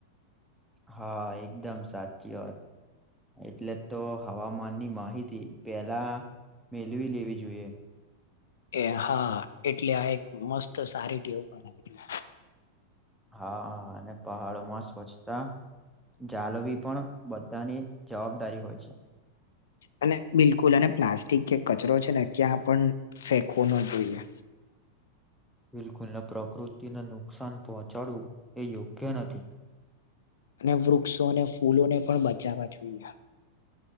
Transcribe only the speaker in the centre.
હા એકદમ સાચી વાત. એટલે તો હવામાનની માહિતી પેલા. મેલવી લેવી જોઈએ
હા હા અને પહાડો માં સ્વચ્છતા. જાડવી પણ બધાની જવાબદારી હોય છે.
બિલકુલને પ્રકૃતિને નુકસાન પહોંચાડવું એ યોગ્ય નથી.